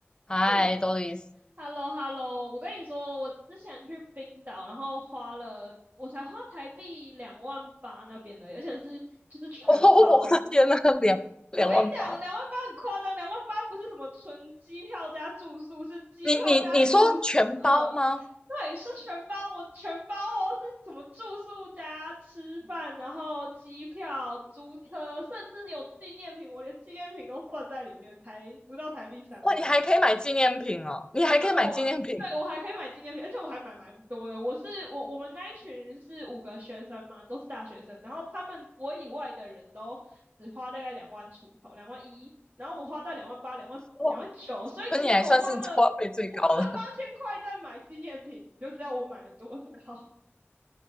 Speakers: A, on the left; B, on the right.
A: 嗨，
B: <laughs>
A: 多丽丝，
B: h e l l o h e l l o 我跟你说，我之前去冰岛，然后花了，我才花台币两万八那边的，而且是就是全包。
A: <laughs> 哦，我的天呐，两两万八！
B: 我跟你讲，两万八很夸张，两万八不是什么纯机票加住宿，是机票加住宿，
A: 你你你说全包吗？
B: 嗯，对，是全包，我全包哦，是什么住宿加吃饭，然后机票、租车，甚至有纪念品，我连纪念品都算在里面，才不到台币三万。
A: 哇，你还可以买纪念品哦，你还可以买纪念品，
B: 我对我还可以买纪念品，而且我还买蛮多的。我是我我们那一群是五个学生嘛，都是大学生，然后他们我以外的人都只花大概两万出头，两万一，然后我花到两万八、两万两万九，
A: 哇，
B: 所以其实我花了我花了八千块在买纪念品，
A: 那你还算是 <laughs> 花费最高的。
B: 你就知道我买了多少。<laughs>